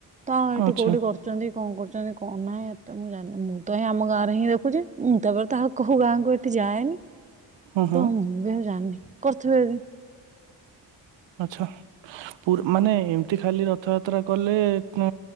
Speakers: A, on the right; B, on the right.
A: ତ ଆଉ ଏଠି
B: ଆଚ୍ଛା
A: କୋଉଠି କରୁ କରଚନ୍ତିଶ କଣ କରୁଚନ୍ତି, କଣ ନାହିଁ ଏତେ ମୁଁ ଜାଣିନି। ମୁଁ ତ ହିଁ ଆମ ଗାଁ ରେ ହିଁ ଦେଖୁଚି, ମୁଁ ତାପରେ ତ ଆଉ କୋଉ ଗାଁକୁ ଏତେ ଯାଏନି,
B: ହୁଁ ହୁଁ।
A: ତ ମୁଁ <unintelligible> ଜାଣିନି। କରୁଥିବେ ବି?
B: ଆଛା, ପୁରୀ ମାନେ ଏମିତି ଖାଲି ରଥଯାତ୍ରା କଲେ, କଣ